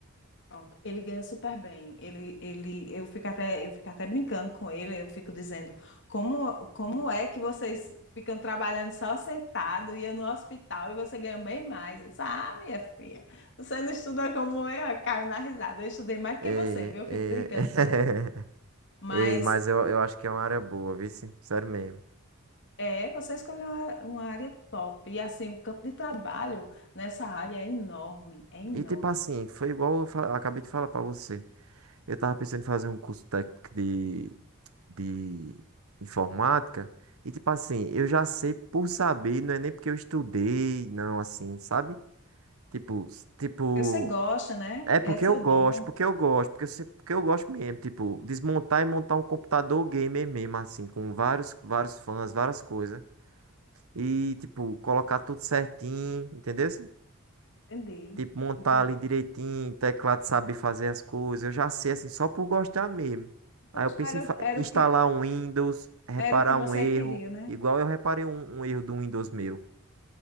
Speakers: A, on the left; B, on the right.
A: Pronto, Ele ganha super bem. Ele, ele, eu fico até, eu fico até brincando com ele. Eu fico dizendo, como, como é que vocês ficam trabalhando só sentado e eu no hospital e você ganha bem mais? Eu disse, ah, minha filha, você não estuda como eu. Eu caio na risada. Eu estudei mais do
B: É,
A: que você, viu? Eu
B: é,
A: fico brincando
B: <laughs>
A: com ele. Mas
B: Ei, mas eu, eu acho que é uma área boa, viu? se- Sério mesmo.
A: é, você escolheu uma, uma área top. E assim, o campo de trabalho nessa área é enorme, é enorme.
B: E tipo assim, foi igual eu fa- acabei de falar pra você. Eu tava pensando em fazer um curso técnico de de informática. E tipo assim, eu já sei por saber, não é nem porque eu estudei, não, assim, sabe? Tipo, s- tipo,
A: Você gosta, né?
B: é porque
A: Esse
B: eu
A: é o
B: gosto,
A: dom.
B: porque eu gosto, porque eu, se- porque eu gosto mesmo, tipo, desmontar e montar um computador gamer mesmo, assim, com vários, vários fãs, várias coisas. E, tipo, colocar tudo certinho, entendeu?
A: Entendi,
B: Tipo, montar
A: entendi.
B: ali direitinho, teclado saber fazer as coisas. Eu já sei, assim, só por gostar mesmo.
A: Então
B: Aí eu
A: já
B: penso
A: era,
B: em fa-
A: o- era
B: instalar
A: o que,
B: um Windows, reparar
A: era o que você
B: um erro,
A: queria, né?
B: igual eu reparei um, um erro do Windows meu,